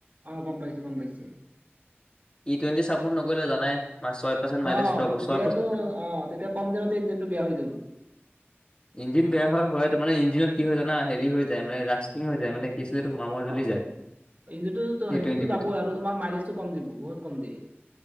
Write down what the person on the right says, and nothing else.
অ গম পাইছো গম পাইছো
অ',
তেতিয়াতো
অ', তেতিয়া কম দিনতে ইঞ্জিনটো বেয়া হৈ যাব।
অ',
ইঞ্জিনটো
সেইটোতো
যাবই আৰু তোমাৰ মাইলেজটো কম দিব, বহুত কম দিয়ে।